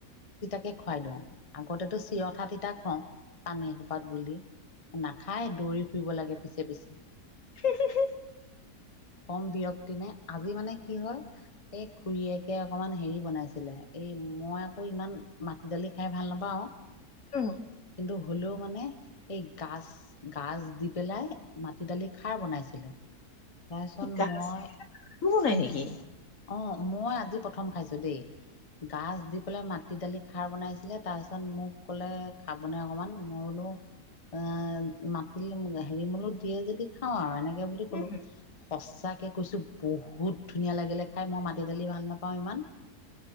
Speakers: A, on the left; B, on the left.
A: কি খুৱাই দিওঁ আগতেতো চিৰঠা তিতা খুৱও পানী এসোপাত বুলি। নাখায় দৌৰি ফুৰিব লাগে। পিছে পিছে।
B: <unintelligible>
A: কম বিৰক্তি নে আজি মানে কি হ'ল এই খুৰীয়েকে। অকমান হেৰি বনাইছিলে এই মই আকৌ ইমান মাটি দালি খাই ভাল নাপাওঁ।
B: আহ্
A: কিন্তু হ'লেও মানে এই গাজ গাজ দি পেলাই মাটি দালি খাৰ বনাইছিলে। তাৰপিছত
B: গানো
A: মই
B: বনাই নেকি?
A: অ। মই আজি। প্ৰথম খাইছো দেই, গাজ দি পেলাই মাটি দালি খাৰ বনাইছিলে তাৰ পিছত মোক ক'লে খাবনে অকমান মই বোলো এ মাটি হেৰি মলো দিয়ে যদি খাওঁ আৰু এনেকে। তাকে বুলি
B: হুম,
A: ক'লো। সঁচাকে কৈছোঁ। বহুত ধুনীয়া লাগিলে খাই। মই মাটি দালি ভাল নাপাওঁ। পাওঁ ইমান।